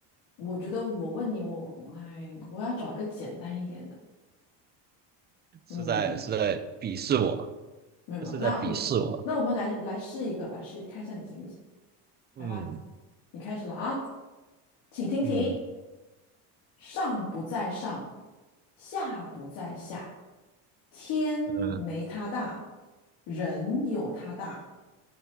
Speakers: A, on the left; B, on the right.
A: 我觉得我问你，我哎，我要找一个简单一点的。
B: 是在是在鄙视我，
A: 嗯，没有没有，
B: 这是在鄙视我。
A: 那嗯那我们来来试一个吧，试看一下你行不行？
B: 嗯
A: 来吧，你开始了啊，请听题：
B: 嗯
A: 上不在上，下不在下，天没他大，
B: 嗯，
A: 人有他大，